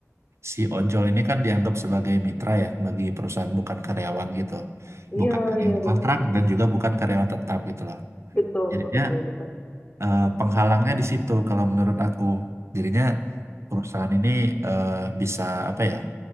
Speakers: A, on the right; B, on the left.
A: si ojol ini kan dianggap sebagai mitra ya bagi perusahaan bukan karyawan gitu.
B: iya
A: Bukan karyawan
B: iya benar
A: kontrak dan juga bukan karyawan tetap gitu loh.
B: betul
A: Jadinya
B: betul betul
A: eh, penghalangnya di situ kalau menurut aku. Jadinya perusahaan ini eh, bisa apa ya?